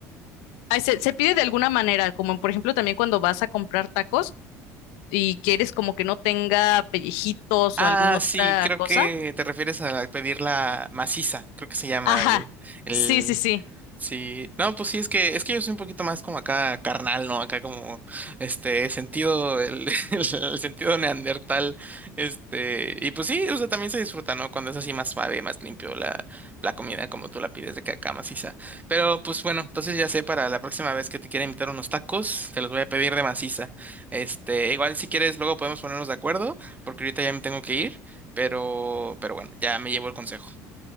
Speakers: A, on the left; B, on the right.
A: ay, se, se pide de alguna manera, como por ejemplo también cuando vas a comprar tacos y quieres como que no tenga pellejitos
B: Ah,
A: o alguna otra
B: sí, creo
A: cosa.
B: que te refieres a pedir la maciza, creo que se llama
A: Ajá,
B: el, el
A: sí, sí, sí.
B: Sí, no, pues sí, es que es que yo soy un poquito más como acá carnal, ¿no? Acá como este sentido, el, <laughs> el sentido neandertal, este, y pues sí, o sea, también se disfruta, ¿no? Cuando es así más suave, más limpio la, la comida como tú la pides de que acá maciza. Pero pues bueno, entonces ya sé, para la próxima vez que te quiera invitar unos tacos, te los voy a pedir de maciza. Este, igual si quieres, luego podemos ponernos de acuerdo, porque ahorita ya me tengo que ir, pero, pero bueno, ya me llevo el consejo.